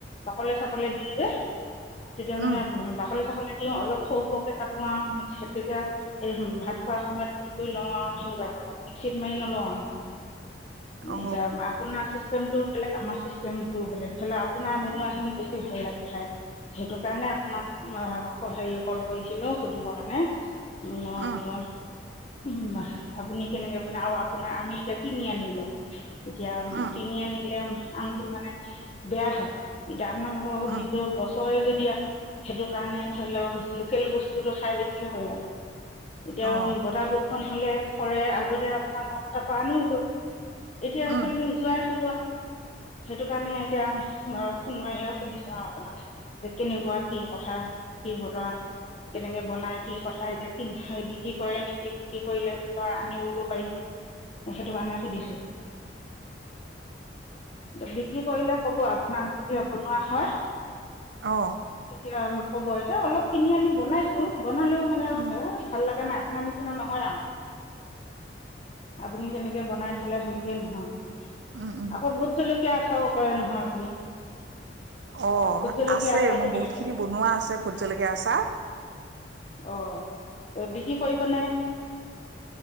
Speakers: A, on the left; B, on the right.
A: অকলে চকলে দি যে তেতিয়া মানে
B: উম
A: বাকলি চাকলি <unintelligible> অলপ সৌ সৌকে কাটো আৰু <unintelligible> তেতিয়া এই ভাত খোৱা সময়ত <unintelligible> কৰি লওঁ আৰু সেনেকুৱা মিক্সিত মাৰি নলওঁ আৰু।
B: অ
A: এতিয়া আপোনাৰ চিষ্টেমটো বেলেগ আমাৰ চিষ্ট <unintelligible> আপোনাৰ বনোৱা খিনি বেছি ভাল লাগে খাই। সেইটো কাৰণে আপোনাক <unintelligible> হেৰি কল কৰিছিলো সুধিব কাৰণে। <unintelligible>
B: উম
A: উম, আপুনি কেনেকে <unintelligible> আৰু আপোনাৰ আমি এতিয়া কিনি আনিলোঁ। <unintelligible> এতিয়া
B: উম
A: কিনি আনিলে আমটো মানে বেয়া হয়। <unintelligible> তিয়া আপোনালোকৰ
B: উম
A: নিজৰ গছৰে য <unintelligible> সেইটো কাৰণে ধৰি লওঁক লোকেল বস্তুটো খাই বেছি ভাল লাগে। এতিয়াও
B: অ
A: বতাহ বৰষুণ হ'লে চৰে আগতে আপোনাৰ <unintelligible> পৰা আনো গৈ। এতিয়া সেইফালে
B: উম
A: নোযোৱাই <unintelligible> লো আৰু সেইটো কাৰণে এতিয়া ফোন মাৰিয়ে সুধিছো আৰু আপোনাক যে কেনেকুৱা কি কথা কি বতৰা কেনেকে বনাই কি কথা এতিয়া <unintelligible> বিক্ৰী কৰে নেকি বিক্ৰী কৰিলে আনিবগ পাৰিম সেইটো কাৰণে সুধিছো। বিক্ৰী কৰিলে কব আপোনাক যেতিয়া বনোৱা হয়।
B: অ
A: এতিয়া ন। হ'ব এতিয়া অলপ কিনি আনি বনাইছো। বনালেও মানে,
B: উম
A: ভাল লগা নাই। না নিচিনা নহয় আৰু আপুনি যেনেকে বনাই থলে সেনে। হে নহয়।
B: উম উম
A: আকৌ ভুত জলকীয়া। কষ্টও কৰে নহয় আপুনি।
B: অ
A: এতিয়া ভোট জলকীয়া
B: আছে,
A: আচাৰটো
B: মোৰ
A: কেনেকে
B: বহুত খিনি
A: কৰে?
B: বনোৱা আছে ভোত জলকীয়া আচাৰ।
A: অ বিক্ৰী কৰিব নে?